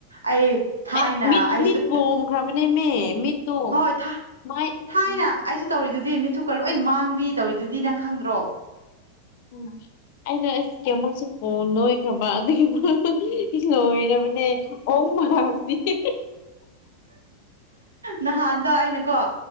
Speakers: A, on the right (about 80°); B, on the left (about 50°).
A: ꯑꯩ ꯊꯥꯏꯅ
B: ꯑꯩ ꯃꯤꯠ
A: ꯑꯩꯁꯨ
B: ꯃꯤꯠ ꯄꯣꯝꯈ꯭ꯔꯕꯅꯦꯃꯦ ꯃꯤꯠꯇꯣ
A: ꯍꯣꯏ ꯊꯥ
B: ꯃꯥꯏ
A: ꯊꯥꯏꯅ
B: ꯎꯝ
A: ꯑꯩꯁꯨ ꯇꯧꯔꯤꯗꯨꯗꯤ ꯃꯤꯠꯊꯨꯞꯀ ꯂꯣꯏ ꯃꯥꯡꯕꯤ ꯇꯧꯔꯤꯗꯨꯗꯤ ꯅꯪ ꯈꯪꯗ꯭ꯔꯣ
B: ꯎꯝ ꯑꯩꯅ ꯑꯁ ꯀꯌꯥꯃꯛꯁꯨ ꯄꯣ ꯅꯣꯏꯈ꯭ꯔꯕ ꯑꯗꯨꯒꯤꯕꯨ <unintelligible> ꯂꯣꯏꯔꯕꯅꯦ ꯑꯣꯛ ꯃꯥꯜꯂꯤ ꯍꯤ ꯍꯤ
A: ꯅꯍꯥꯟꯗꯣ ꯑꯩꯅꯀꯣ